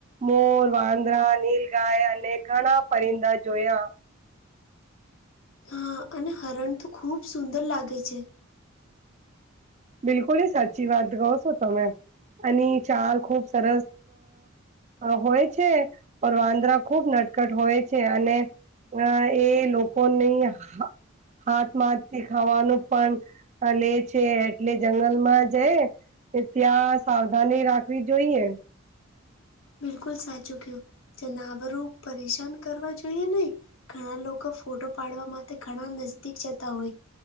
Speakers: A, on the right; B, on the left.
A: મોર વાંદરા નીલ ગાય અને ઘણા પરિંદા જોયા
B: હા અને હરણ તો ખૂબ સુંદર લાગે છે.
A: બિલકુલ સાચી વાત કહો છો તમે અને ચાર ખૂબ સરસ હોય છે પર વાંદરા ખુબ નટકટ હોય છે અને અ એ લોકોની હાથમાંથ થી ખાવાનું પણ લે છે એટલે જંગલમાં જાય ત્યાં સાવધાની રાખવી જોઈએ.
B: બિલકુલ સાચું કહું જે નાવરું પરેશાન કરવા જોઈએ નહીં. ઘણા લોકો ફોટો પાડવા માટે ઘણા નજદીક જતા હોય.